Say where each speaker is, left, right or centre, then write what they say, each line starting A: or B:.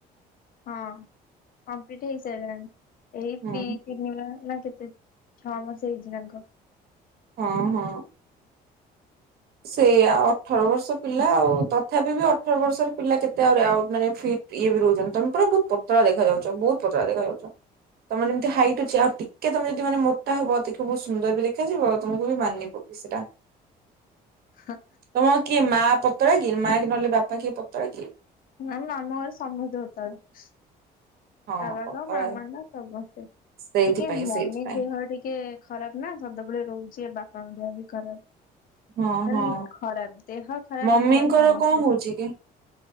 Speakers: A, on the left; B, on the right.
A: ହଁ କମ୍ପ୍ଲିଟ ହେଇସାରିଲାଣି ଏଇ
B: ହୁଁ
A: ତିନି
B: ହୁଁ।
A: ନା ମାସ କେତେ? ଛଅ ମାସ ହେଇଛିନା କଣ?
B: ହଁ ହଁ। ସେୟା ଅଠର ବର୍ଷ ପିଲା ଆଉ, ତଥାପି ବି ଅଠର ବର୍ଷର ପିଲା କେତେ ଆଉ ମାନେ ଫିଟ ଇଏ ବି ରହୁଛନ୍ତି ତମେ ପୁରା ବହୁତ ପତଳା ଦେଖାଯାଉଛ ବହୁତ ପତଳା ଦେଖାଯାଉଛ। ତମର ଯେମିତି ହାଇଟ ଅଛି ଆଉ ଟିକେ ତମ ଯଦି ମାନେ ମୋଟା ହବ ଟିକେ ବହୁତ ସୁନ୍ଦର ବି ଦେଖାଯିବ ତମକୁ ବି ମାନିବ। ସେଇଟା।
A: ହଁ।
B: ତମ କିଏ ମା ପତଳା କି ମା କି ନହେଲେ ବାପା କିଏ ପତଳା କି?
A: ମ୍ୟାମ ଆମ ଘରେ ସମସ୍ତେ ପତଳା।
B: ହଁ
A: ବାବା
B: ପତଳା
A: କଣ ମାମା କଣ ସମସ୍ତେ
B: ସେଇଥିପାଇଁ
A: ଟିକେ ମମି
B: ସେଇଥିପାଇଁ
A: ଦେହ ଟିକେ ଖରାପ ନା ସଦାବଳେ ରହୁଛି ଏ ବାପଙ୍କ ଦେହ ବି ଖରାପ।
B: ହଁ
A: ଖାଲି
B: ହଁ।
A: ଖରାପ ଦେହ ଖରାପ
B: ମମିଙ୍କର
A: ଆମ ଘର ସମସ୍ତଙ୍କ
B: କଣ ହଉଛି କି?